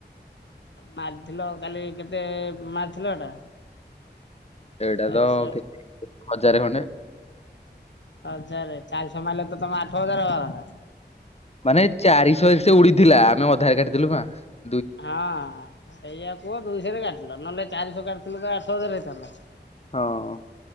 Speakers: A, on the left; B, on the left.
A: ମାରିଧିଲ କାଲି କେତେ ମାରିଥିଲ ଏଟା?
B: ଏଇଟା
A: ଚାରିଶହ
B: ତ କେ <unintelligible> ହଜାରେ ଖଣ୍ଡେ।
A: ହଜାରେ ଚାରିଶ ମାରିଲେ ତ ତମେ ଆଠ ହଜାର ହବା କଥା।
B: ମାନେ ଚାରିଶ ଏକ ସେ ଉଡିଥିଲା ଆମେ ଅଧାରେ କାଟିଦେଲୁ <unintelligible>
A: ହଁ ସେଇଆ କୁଅ ଦୁଇଶରେ କାଟିିଲ ନହେଲେ ଚାରିଶ କାଟିଥିଲେ ତ ଆଠ ହଜାର ହେଇଥାନ୍ତା।
B: ହଁ।